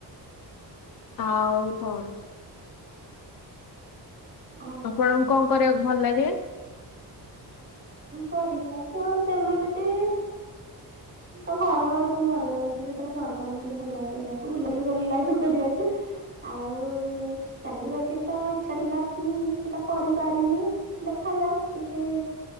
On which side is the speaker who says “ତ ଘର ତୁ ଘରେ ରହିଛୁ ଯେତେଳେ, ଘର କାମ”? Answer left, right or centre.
Right